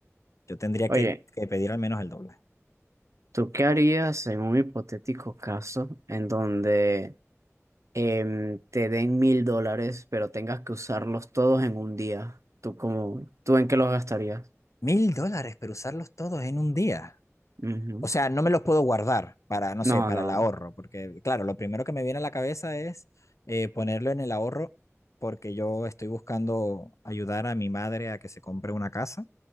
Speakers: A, on the left; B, on the right.
A: yo tendría
B: Oye,
A: que, que pedir al menos el doble.
B: ¿tú qué harías en un hipotético caso en donde em, te den mil dólares, pero tengas que usarlos todos en un día. ¿Tú cómo, tú en qué los gastarías?
A: Mil dólares, pero usarlos todos en un día.
B: Ujú.
A: o sea, no me los puedo guardar para, no
B: No,
A: sé, para
B: no.
A: el ahorro, porque claro, lo primero que me viene a la cabeza es eh, ponerlo en el ahorro porque yo estoy buscando ayudar a mi madre a que se compre una casa.